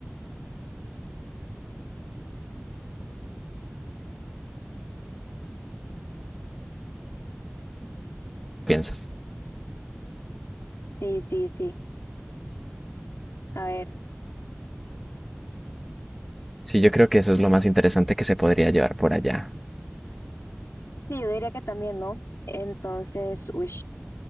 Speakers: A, in the centre; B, on the left (about 80°).
A: piensas.
B: Sí, sí, sí. A ver.
A: Sí, yo creo que eso es lo más interesante que se podría llevar por allá.
B: Sí, yo diría que también, ¿no? Entonces, uy.